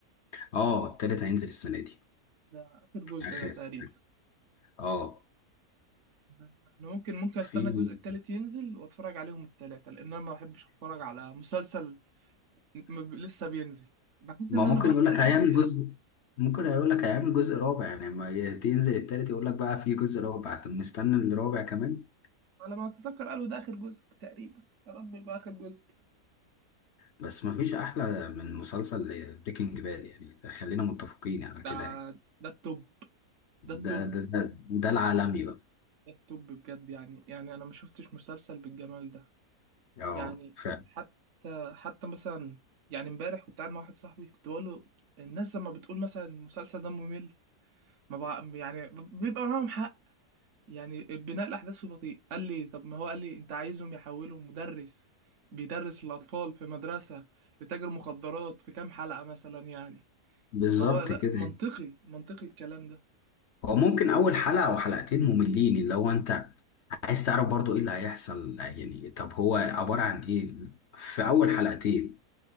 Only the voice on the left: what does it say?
اه التالت هينزل السنة دي
آخر
السنة اه
في
ما
ممكن
يقول لك
هيعمل
جزء ممكن يقول لك هيعمل جزء رابع يعني لما تنزل التالت يقول لك بقى في جزء رابع طب مستني الرابع كمان
بس مفيش احلى من مسلسل بريكنج باد يعني خلينا متفقين على
كده يعني
ده ده ده ده العالمي بقى
اه
فعلا
بالظبط
كده
يعني.
هو ممكن اول حلقه او حلقتين مملين اللي هو انت عايز تعرف برضو ايه اللي هيحصل يعني طب هو عباره عن ايه في اول حلقتين